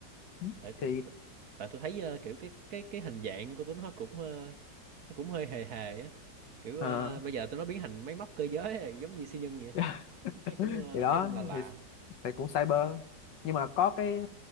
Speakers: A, on the left (about 80°); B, on the right (about 60°).
A: Ừ.
B: tại
A: thì
B: tại tại tôi thấy ờ, kiểu cái cái cái hình dạng của tụi nó cũng ờ, nó cũng hơi hề hề á kiểu
A: Ờ.
B: ờ, bây giờ tụi nó biến thành máy móc cơ giới giống như siêu nhân vậy
A: <laughs>
B: hay cũng
A: thì
B: ờ,
A: đó
B: hay cũng là lạ
A: thì, thì cũng cyber nhưng mà có cái